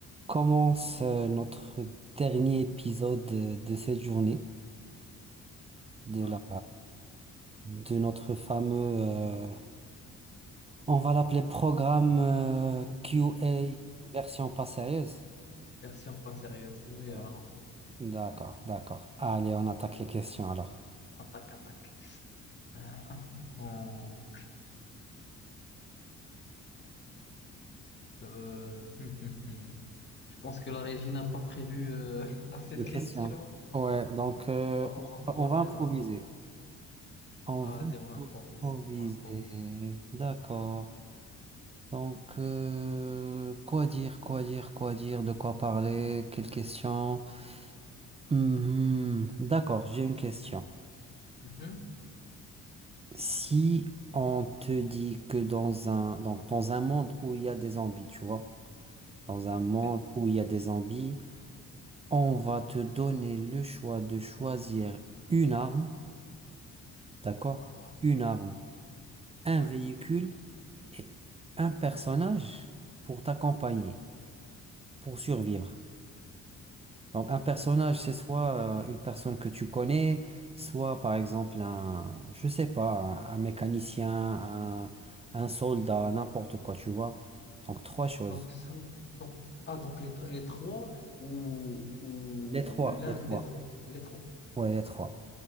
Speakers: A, on the right; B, on the left.
A: commence euh, notre dernier épisode euh, de cette journée, de
B: Ah,
A: la, de notre fameux, euh, on va l'appeler programme euh, QA version pas sérieuse.
B: Version pas sérieuse, le meilleur,
A: Ouais.
B: non.
A: D'accord, d'accord. Allez, on attaque les questions alors.
B: Attaque, attaque. Ah, on- euh, <laughs> Je pense que la régie n'a pas prévu euh, <laughs> à cette
A: les
B: question.
A: questions. Ouais, donc euh,
B: On va, on va,
A: on
B: on va
A: va
B: faire.
A: improviser.
B: euh,
A: On
B: Ah,
A: va
B: vas-y, on improvise.
A: improviser.
B: On improvise.
A: D'accord. Donc, euh, quoi dire, quoi dire, quoi dire, de quoi parler, quelles questions? Mhm. D'accord, j'ai une question.
B: Mhm.
A: Si on te dit que dans un, donc dans un monde où il y a des zombies, tu vois, dans un monde
B: Ok.
A: où il y a des zombies, on va te donner le choix de choisir une arme, d'accord?
B: Ah,
A: Une arme, un
B: ouais.
A: véhicule et un personnage pour t'accompagner, pour survivre. Donc un personnage, c'est soit euh, une personne que tu connais, soit par exemple un, je sais pas, un, un mécanicien, un, un soldat, n'importe quoi, tu vois. Donc trois choses.
B: Donc, sous, donc, ah, donc les, tr- les trois ou, ou
A: Les trois,
B: l'un
A: les trois.
B: des trois. Les trois.
A: Ouais, les trois.